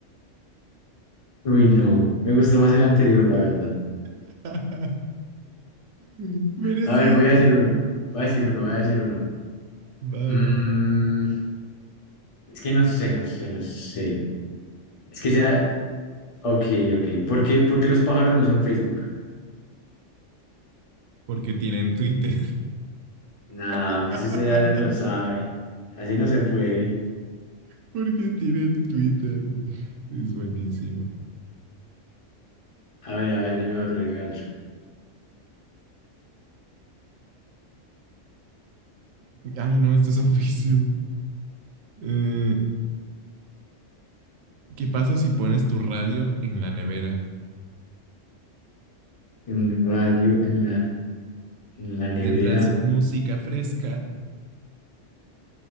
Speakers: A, on the left; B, on the right.
A: Uy, no. Me gustó más el anterior, la verdad.
B: <laughs> Pero es
A: A ver,
B: que...
A: voy a decir uno. Voy a decir uno, voy a decir uno.
B: Va,
A: Mm,
B: va.
A: es que no sé, no sé, no sé. Es que sea. Ok, ok. ¿Por qué, por qué los pájaros no usan Facebook?
B: Porque tienen Twitter. <laughs>
A: Nah, pero si usted ya se lo sabe. Así no se puede.
B: Porque tienen Twitter. Es buenísimo.
A: A ver, a ver, dime otro, dime otro.
B: Ay, no, esto es oficio. Eh, ¿Qué pasa si pones tu radio en la nevera?
A: Un radio en la, en la nevera.
B: Tendrás música fresca.